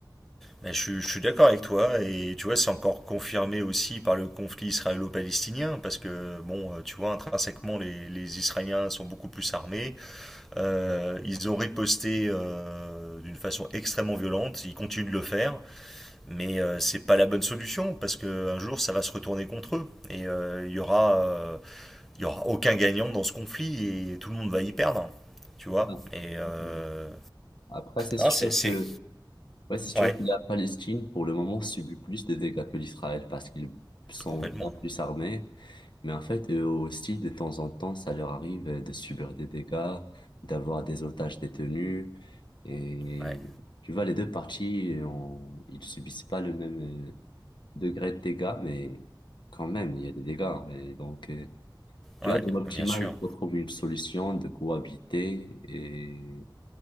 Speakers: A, in the centre; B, on the left.
A: Ben, je, suis- je suis d'accord avec toi et tu vois c'est encore confirmé aussi par le conflit israélo-palestinien parce que bon euh, tu vois intrinsèquement les, les Israéliens sont beaucoup plus armés Euh, ils ont riposté euh, d'une façon extrêmement violente ils continuent de le faire mais euh, c'est pas la bonne solution parce que un jour ça va se retourner contre eux et euh, il y aura euh, il y aura aucun gagnant dans ce conflit et tout le monde va y perdre tu vois
B: C'est ça.
A: et
B: Exactement.
A: euh,
B: Après, c'est sûr
A: non, c'est c'est-
B: que, ouais, c'est sûr
A: ouais
B: que la Palestine, pour le moment, subit plus de dégâts que l'Israël parce qu'ils sont
A: complètement
B: bien plus armés. Mais en fait, eux aussi, de temps en temps, ça leur arrive euh, de subir des dégâts, d'avoir des otages détenus. Et
A: Ouais.
B: tu vois, les deux parties, euh, ils subissent pas le même euh, degré de dégâts, mais quand même, il y a des dégâts. hein. Et donc, euh, Tu
A: Ouais,
B: vois, dans l'optimal,
A: bien sûr.
B: il faut trouver une solution de cohabiter et